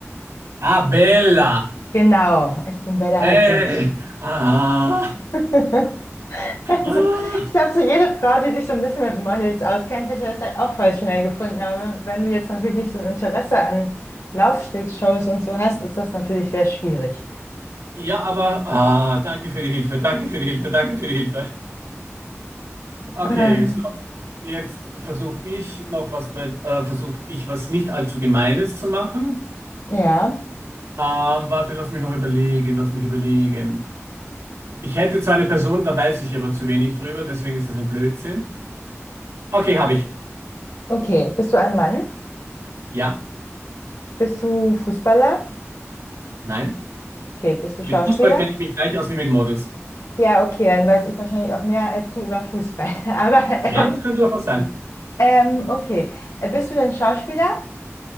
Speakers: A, on the right; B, on the left.
A: Ah, Bella.
B: Genau, ich bin Bella
A: Hey.
B: Hadid.
A: Ah.
B: <laughs> Also,
A: Ah.
B: ich glaube, so jede Frau, die sich so ein bisschen mit Models auskennt, hätte das halt auch voll schnell gefunden. Aber wenn, wenn du jetzt natürlich nicht so ein Interesse an Laufstegshows und so hast, ist das natürlich sehr schwierig.
A: Ja, aber ah, danke für die Hilfe, danke für die Hilfe, danke für die Hilfe. Okay,
B: Ähm,
A: so, jetzt versuche ich noch was bei, äh, versuche ich was nicht allzu Gemeines zu machen.
B: ja,
A: Ähm, warte, lass mich noch überlegen, lass mich überlegen. Ich hätte zwar eine Person, da weiß ich aber zu wenig drüber, deswegen ist es ein Blödsinn. Okay, habe ich.
B: okay. Bist du ein Mann?
A: Ja.
B: Bist du Fußballer?
A: Nein.
B: Okay, bist du Schauspieler?
A: Mit Fußball kenne ich mich gleich aus wie mit Models.
B: Ja, okay, dann weiß ich wahrscheinlich auch mehr als du über Fußball. <laughs> Aber
A: Ja,
B: ähm,
A: das könnte doch was sein.
B: ähm, okay. Äh, Bist du denn Schauspieler,